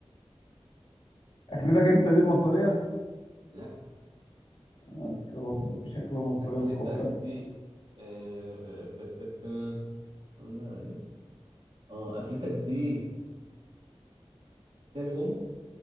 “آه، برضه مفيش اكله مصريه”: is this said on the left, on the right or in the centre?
Left